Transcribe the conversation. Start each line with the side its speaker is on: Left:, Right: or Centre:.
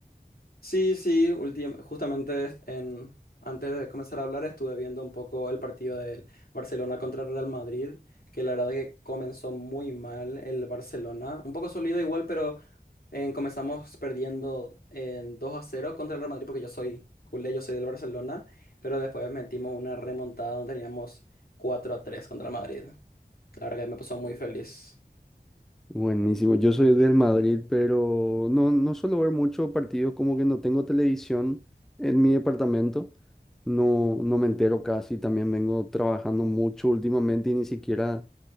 Left: Sí, sí, ultim- justamente en, antes de comenzar a hablar estuve viendo un poco el partido del Barcelona contra el Real Madrid, que la verdad que comenzó muy mal el Barcelona, un poco sólido igual, pero En- comenzamos perdiendo en 2 a cero contra el Real Madrid porque yo soy culé, yo soy del Barcelona, pero después metimos una remontada donde teníamos 4 a 3 contra el Madrid. La verdad que me puso muy feliz.
Centre: Buenísimo, yo soy del Madrid, pero no, no suelo ver mucho partidos, como que no tengo televisión en mi departamento, no, no me entero casi, también vengo trabajando mucho últimamente y ni siquiera